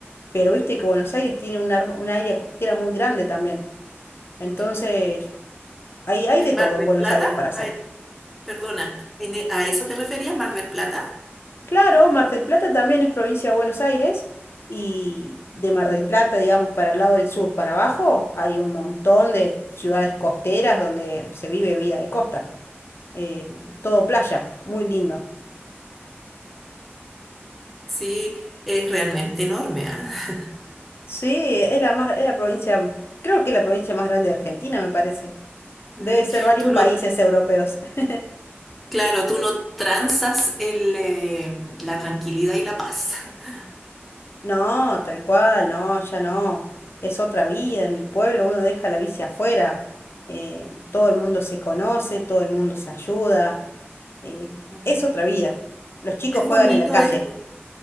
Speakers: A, on the left (about 65°); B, in the centre.
A: Pero viste que Buenos Aires tiene un, ar- un área costera muy grande también. Entonces,
B: Claro.
A: hay, hay
B: ¿En
A: de todo
B: Mar del
A: en Buenos
B: Plata?
A: Aires para hacer.
B: Ay, perdona, ¿en e- ¿a eso te referías, Mar del Plata?
A: Claro, Mar del Plata también es provincia de Buenos Aires. Y de Mar del Plata, digamos, para el lado del sur, para abajo, hay un montón de ciudades costeras donde se vive vida de costa. eh,
B: Mm.
A: todo playa, muy lindo.
B: Sí, es realmente enorme, ¿ah? <laughs>
A: Sí, es la más, es la provincia, creo que es la provincia más grande de Argentina, me parece.
B: Mm,
A: Debe ser varios
B: Tú
A: países
B: no,
A: europeos. <laughs>
B: claro, tú no transas el, eh, la tranquilidad y la paz. <laughs>
A: No, tal cual, no, ya no. Es otra vida en el pueblo, uno deja la bici afuera. eh, todo el mundo se conoce, todo el mundo se ayuda. eh,
B: Mm.
A: es otra vida. Los chicos
B: Es
A: juegan
B: bonito
A: en la calle.
B: eso.